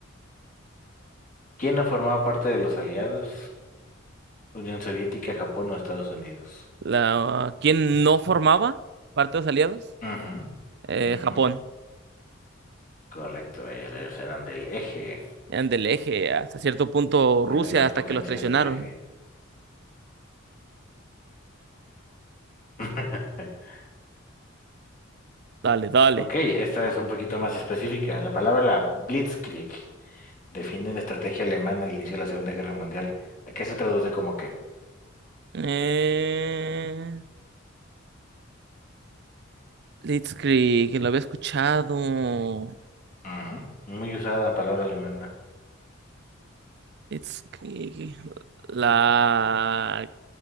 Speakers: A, on the left (about 40°); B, on the right (about 55°).
A: ¿Quién no formaba parte de los aliados? Unión Soviética, Japón o Estados Unidos.
B: La, ¿quién no formaba parte de los aliados?
A: Ujú,
B: Eh,
A: ujú.
B: Japón.
A: Correcto, ellos eran del eje,
B: Eran del eje, hasta cierto punto
A: eran
B: Rusia,
A: de las
B: hasta
A: potencias
B: que los traicionaron.
A: del eje. <laughs>
B: Dale, dale.
A: Ok, esta es un poquito más específica. La palabra Blitzkrieg define una estrategia alemana al inicio de la Segunda Guerra Mundial. ¿A qué se traduce como qué?
B: Eh, Blitzkrieg, lo había escuchado.
A: Ujú, Muy usada palabra alemana.
B: Blitzkrieg. La